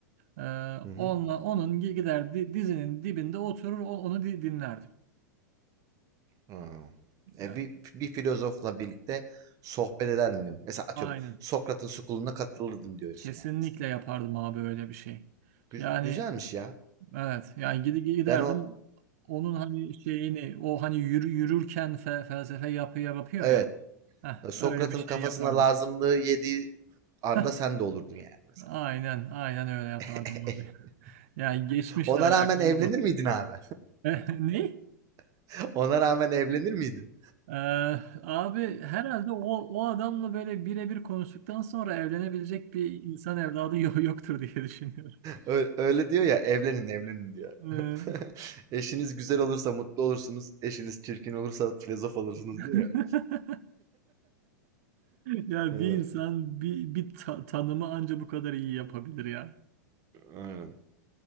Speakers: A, on the right (about 55°); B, on the right (about 35°).
A: e,
B: Hı hı.
A: onunla onun gi- gider di- dizinin dibinde oturur o- onu di- dinlerdim.
B: Hımm. E,
A: Yani,
B: bir bir filozofla birlikte sohbet ederdim diyorum. Mesela atıyorum
A: aynen.
B: Sokrat'ın "School'una" katılırdım diyorsun
A: Kesinlikle
B: yani mesela.
A: yapardım abi öyle bir şey.
B: Güz
A: Yani
B: güzelmiş ya.
A: evet yani gidi giderdim
B: Ben o
A: onun hani şeyini o hani yürü, yürürken fe- felsefe yapıya yapıyor
B: Evet,
A: ya. Heh,
B: Sokrat'ın
A: öyle bir şey
B: kafasına
A: yapardım.
B: lazımlığı yediği anda
A: Heh,
B: sen de olurdun yani mesela.
A: aynen aynen öyle yapardım
B: <laughs>
A: abi. <laughs> Yani geçmişle
B: Ona
A: alakalı
B: rağmen evlenir
A: bu.
B: miydin abi?
A: <laughs> Eh, Ne?
B: <laughs> Ona rağmen evlenir miydin?
A: Ee, abi herhalde o, o adamla böyle birebir konuştuktan sonra evlenebilecek bir insan evladı yo- yoktur diye düşünüyorum.
B: Öyle öyle diyor ya, "Evlenin, evlenin." diyor.
A: Ee,
B: <laughs> Eşiniz güzel olursa mutlu olursunuz, eşiniz çirkin olursa filozof olursunuz
A: <laughs>
B: diyor ya.
A: Ya
B: Iıı,
A: bir insan bir, bir ta- tanımı anca bu kadar iyi yapabilir ya.
B: aynen.